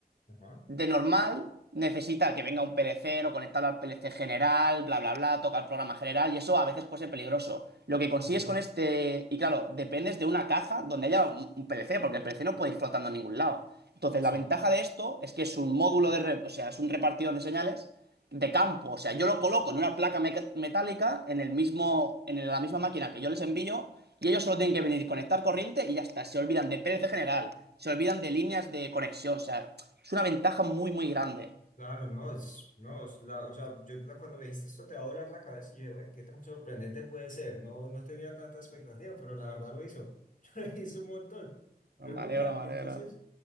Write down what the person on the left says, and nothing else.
Ajá.
Ok,
sí,
claro, no, es, no, es la, o sea, yo la- cuando me dijiste esto te va a volar la cabeza, y yo, dije, güey, qué tan sorprendente puede ser, no, no tenía tanta expectativa, pero la verdad lo hizo, <laughs> lo hizo un montón.
Pregunta,
y
entonces,